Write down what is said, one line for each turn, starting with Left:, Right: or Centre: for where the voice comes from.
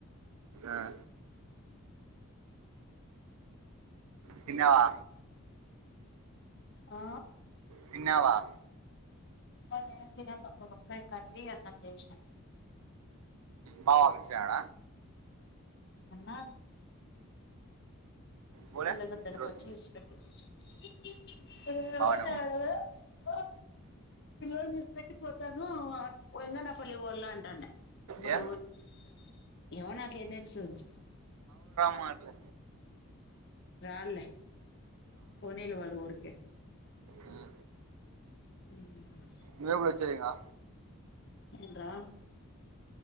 Right: ఆ తిన్నావా
Left: ఆ
Right: తిన్నావా
Left: అన <unintelligible> కరీ అన్నం చేషన
Right: బావా మిస్స అయాడ
Left: అన్న
Right: పోలే
Left: పిల్బందలకోచ్చి
Right: ఈరోజు
Left: ఇస్ పెట్టి <unintelligible>
Right: బాగానే
Left: పిల్లలు తీస్ పెట్టి పోతాను ఒంగనా ఫలివ లా అంటండి మన
Right: ఏ
Left: ఊరికి ఏమో నాకేం తెలుసుంది
Right: మటలే
Left: రాల్లె పోనీలే వాళ్ళు ఊరికి
Right: ఆ
Left: ఉమ్
Right: నువ్ ఎప్పుడు వచ్చేదిఇంకా
Left: నేన్ రాను